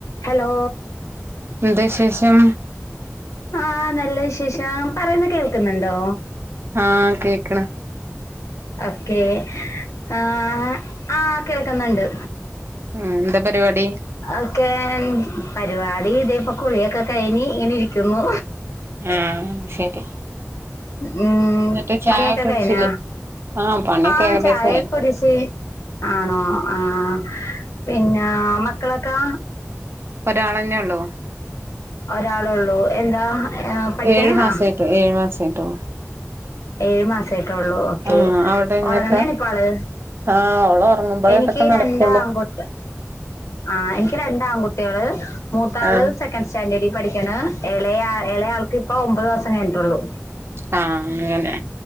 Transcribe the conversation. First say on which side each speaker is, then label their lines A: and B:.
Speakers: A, on the left; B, on the right.
A: Hello
B: എന്ത് വിശേഷം
A: ആഹ നല്ല വിശേഷം പറയുന്നു കേൾക്കുന്നുണ്ടോ
B: ആഹ കേക്കണ
A: ഓക്കെ ആ ആ കേൾക്കുന്നുണ്ട്
B: ഉം എന്താ പരിപാടി
A: ഒക്കെ പരിപാടി ഇത ഇപ്പൊ കുളിയൊക്കെ കഴിഞ്ഞ ഇങ്ങനെ ഇരിക്കുന്നു
B: ആഹ ശരി
A: ഉം
B: എന്നിട്ട് ചായൊക്കെ
A: പണി ഒകെ
B: കുടിച്ചില്ലേ
A: കഴിഞ്ഞ
B: ആഹ് പണിയൊക്കെ
A: ആഹ
B: ഏകദേശായി
A: ചായ കുടിച് ആണോ ആഹ പിന്നെ മക്കളൊക്കെ
B: ഒരാൾെന്നെയ ഉള്ളൂ
A: ഒരാളള്ളൂ എന്താ പഠിക്കനാണോ
B: ഏഴു മാസായിട്ട് ഏഴു മാസായിട്ടുള്ളൂ
A: ഏഴു മാസമായിട്ടേ ഉള്ളൂ ഓക്കേ
B: ആഹ് അവിടെ ഇങ്ങക്കാ
A: ഉറങ്ങനെയാണ് ഇപ്പ ആള്
B: ആഹ് ഓള് ഒറങ്ങുമ്പളേ
A: എനിക്ക്
B: ഇതൊക്കെ നടക്കൊള്ളൂ
A: രണ്ടാ അങ്ങോട്ട് ആ എനിക്ക് രണ്ട ആൺകുട്ടികൾ മൂത്താള്
B: ആഹ്
A: സെക്കൻ് സ്റ്റാൻഡേർഡ് പഠിക്കാണ് ഇളയ ഇളയാൾക്ക് ഇപ്പൊ ഒമ്പത് മാസം കഴിഞ്ഞിട്ടുള്ളു
B: ആഹ അങ്ങനെ